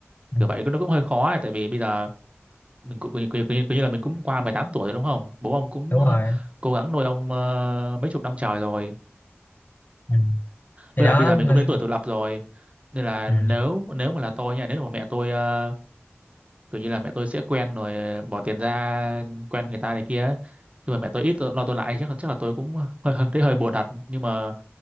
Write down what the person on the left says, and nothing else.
ừ.
đúng
rồi
ừ. thì
đó
nên
ừ.